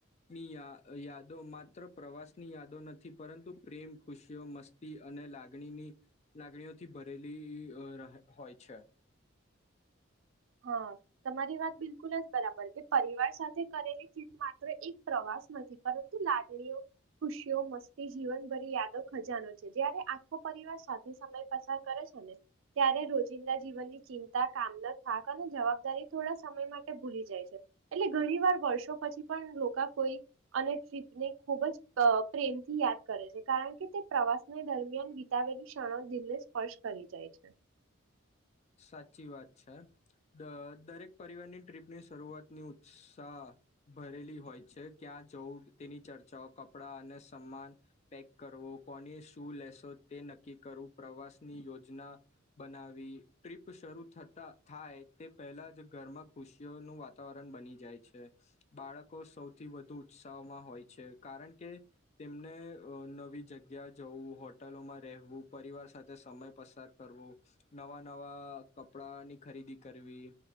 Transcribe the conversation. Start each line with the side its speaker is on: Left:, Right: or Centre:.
Left: ની યા યાદો માત્ર પ્રવાસની યાદો નથી પરંતુ પ્રેમ, ખુશીઓ, મસ્તી અને લાગણીની લાગણીઓથી ભરેલી રાહ હોય છે.
Right: હા તમારી વાત બિલકુલ જ બરાબર કે પરિવાર સાથે કરેલી ટ્રીપ માત્ર એક પ્રવાસ નથી પરંતુ લાગણીઓ, ખુશીઓ, મસ્તી, જીવનભરી યાદો ખજાનો છે જ્યારે આ - ખો પરિવાર સાથે સમય પસાર- કરે છે ને, ત્યારે રોજિંદા જીવનની ચિંતા, કામ- થાક અને જવાબદારી થોડા સમય માટે ભૂલી જાય છે. એટલે ઘણી વાર વર્ષો પછી પણ લોકા કોઈ અને ટ્રીપને ખૂબ જ અ પ્રેમથી યાદ કરે છે, કારણ કે તે પ્રવાસને દરમિયાન વિતાવેલી ક્ષણો દિલને સ્પર્શ કરી જાય છે.
Left: સાચી વાત છે, દ દરેક પરિવારની ટ્રીપની શરૂઆતની ઉત્સાહ ભરેલી હોય છે, ક્યાં જવું તેની ચર્ચાઓ, કપડા અને સમાન પેક કરવો, કોની શું લેશો તે નક્કી કરવું પ્રવાસની યોજના બનાવવી, ટ્રીપ શરૂ થતા થાય તે પહેલાં જ ઘરમાં ખુશીઓનું વાતાવરણ બની જાય છે. બાળકો સૌથી વધુ ઉત્સાહમાં હોય છે કારણ કે તેમને અ નવી જગ્યા જવું, હોટલોમાં રહેવું, પરિવાર સાથે સમય પસાર કરવો, નવા નવા કપડાની ખરીદી કરવી